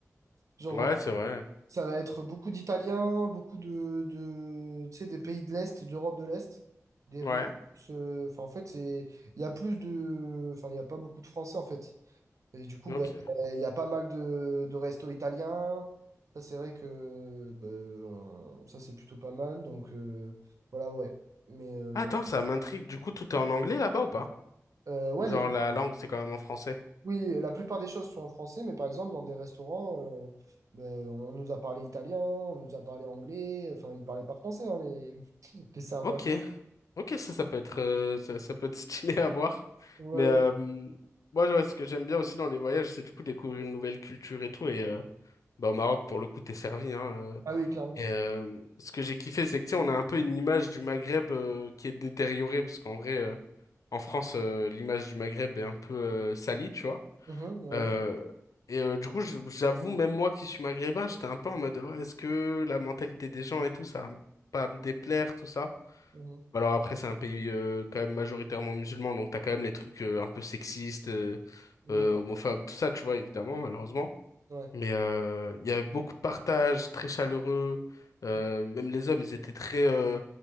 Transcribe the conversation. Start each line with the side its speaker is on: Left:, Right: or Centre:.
Right: Genre,
Left: Ouais,
Right: euh,
Left: c'est vrai.
Right: ça va être beaucoup d'Italiens, beaucoup de, de, tu sais, des pays de l'Est, d'Europe de l'Est, des
Left: Ouais,
Right: Russes. euh, Enfin, en fait, c'est, il y a plus de, enfin, il y a pas beaucoup de Français, en fait. Et du coup,
Left: ok.
Right: ben, euh, il y a pas mal de, de restos italiens. Ça, c'est vrai que, ben, on- ça, c'est plutôt pas mal. Donc, euh, voilà, ouais. Mais, euh,
Left: Ah, Attends, ça m'intrigue. Du coup, tout est en anglais là-bas ou pas?
Right: euh, ouais,
Left: Ou genre
Right: les
Left: la langue, c'est quand même en français?
Right: Oui, la plupart des choses sont en français, mais par exemple, dans des restaurants, euh, euh, on nous a parlé italien, on nous a parlé anglais, enfin, ils parlaient pas français, hein, les, <laughs> les serveurs.
Left: Ok, ok, ça, ça peut être, euh, ça, ça peut être <laughs> stylé à voir.
Right: Ouais,
Left: Mais euh,
Right: ouais.
Left: moi, genre, ce que j'aime bien aussi dans les voyages, c'est du coup découvrir une nouvelle culture et tout. Et euh, bah, au Maroc, pour le coup, t'es servi, hein. euh.
Right: Ah oui, clairement.
Left: Et euh, ce que j'ai kiffé, c'est que tu sais, on a un peu une image du Maghreb euh, qui est détériorée, parce qu'en vrai, euh, en France, euh, l'image du Maghreb est un peu euh, salie, tu vois.
Right: Mhm, ouais,
Left: Euh,
Right: ouais,
Left: et euh, du coup, je- j'avoue, même moi qui suis maghrébin, j'étais un peu en mode, ouais, est-ce que la mentalité des gens et tout, ça va m- pas me déplaire, tout ça?
Right: mhm,
Left: Bah, Alors après, c'est un pays euh, quand même majoritairement musulman, donc t'as quand même les trucs euh, un peu sexistes, euh,
Right: oui,
Left: euh, homophobes, tout ça, tu vois, évidemment, malheureusement.
Right: ouais.
Left: Mais euh, il y avait beaucoup de partage, très chaleureux. euh,
Right: Mhm,
Left: même les hommes, ils étaient très euh,